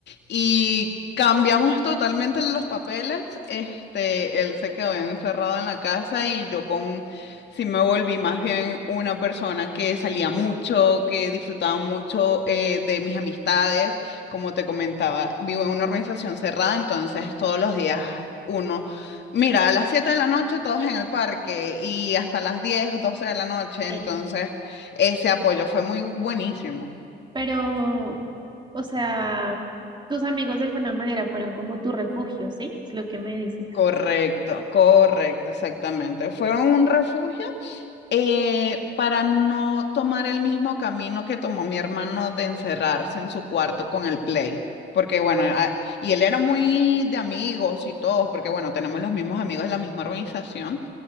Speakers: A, on the left; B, on the right.
A: y cambiamos totalmente los papeles. Este, él se quedó encerrado en la casa y yo con sí me volví más bien una persona que salía mucho, que disfrutaba mucho eh, de mis amistades. Como te comentaba, vivo en una organización cerrada, entonces todos los días uno Mira, a las 7 de la noche todos en el parque y hasta las diez doce de la noche,
B: Sí.
A: entonces ese apoyo fue muy buenísimo.
B: Pero, o sea, tus amigos de alguna manera fueron como tu refugio, ¿sí? Es lo que me dices.
A: Correcto, correcto, exactamente. Fueron un refugio eh, para no tomar el mismo camino que tomó mi hermano de encerrarse en su cuarto con el play. Porque bueno, a- y él era muy de amigos y todos, porque bueno, tenemos los mismos amigos de la misma organización.